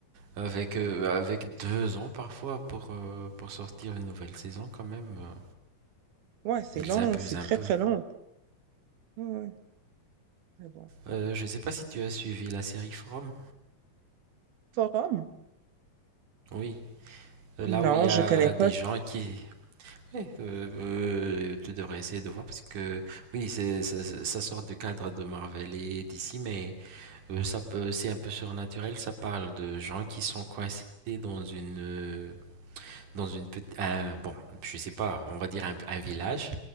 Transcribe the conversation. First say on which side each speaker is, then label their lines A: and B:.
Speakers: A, on the right; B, on the right.
A: avec, euh, avec deux ans parfois pour, euh, pour sortir une nouvelle saison quand même, euh,
B: Ouais, c'est
A: ils
B: long,
A: abusent
B: c'est
A: un
B: très
A: peu.
B: très long. Ouais, ouais, mais bon.
A: Euh, je sais pas si tu as suivi la série From.
B: Forum?
A: Oui, Euh,
B: Non,
A: là où il y
B: je
A: a
B: connais pas.
A: des gens qui... Oui, euh, euh, tu devrais essayer de voir parce que oui, c'est, ça, ça ça sort du cadre de Marvel et d'ici, mais... Euh, ça peut- c'est un peu surnaturel, ça parle de gens qui sont coincés dans une euh, dans une petite un- bon, je sais pas, on va dire un, un village.